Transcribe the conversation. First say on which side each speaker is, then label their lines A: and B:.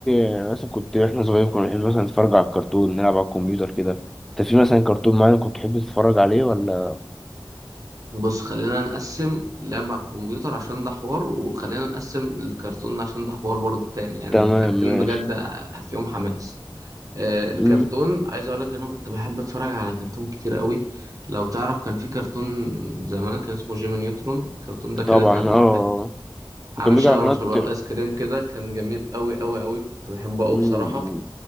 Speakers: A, in the centre; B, on the right.
A: آه، مثلا كنت احنا صغيرين كنا بنحب مثلا نتفرج على الكرتون نلعب على الكمبيوتر كده انت في مثلا كرتون معين كنت تحب تتفرج عليه ولا
B: بص خلينا نقسم لعبة على الكمبيوتر عشان ده حوار وخلينا نقسم الكرتون عشان ده حوار برضو تاني يعني
A: تمام
B: الحاجتين
A: ماشي
B: بجد فيهم حماس آه، الكرتون
A: مم،
B: عايز اقول لك ان انا كنت بحب اتفرج على كرتون كتير قوي لو تعرف كان في كرتون زمان كان اسمه جيمي نيوترون الكرتون ده كده
A: طبعا
B: كان
A: اه
B: واحد عامل
A: وكان بيجي
B: شجرة
A: على قناة
B: شبه الايس كريم كده كان جميل قوي قوي قوي كنت بحبه قوي
A: مم،
B: بصراحة